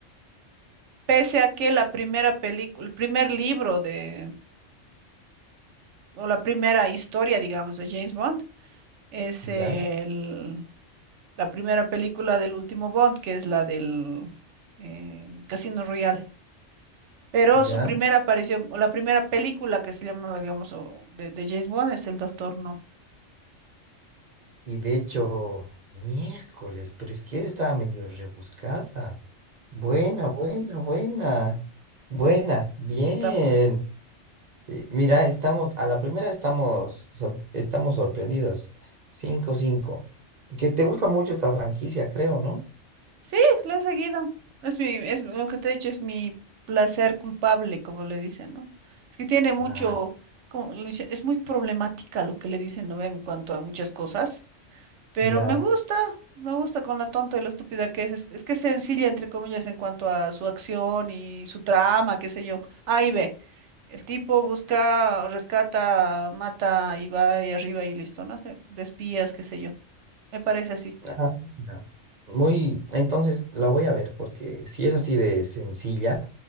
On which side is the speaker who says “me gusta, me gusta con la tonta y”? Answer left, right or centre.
Right